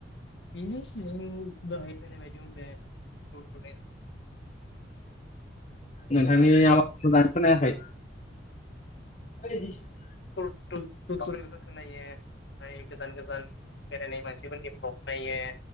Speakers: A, on the left; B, on the left.
A: बेनो नों दहाय होननाय बायदिनो बे <unintelligible>
B: नोंथांनि
A: गोजान
B: आवाजखौ मोजाङै खोनायाखै <unintelligible>
A: <unintelligible> फोरखौ नायो गोदान गोदान बेरायनाय मानसिफोरनि ब्लक नायो।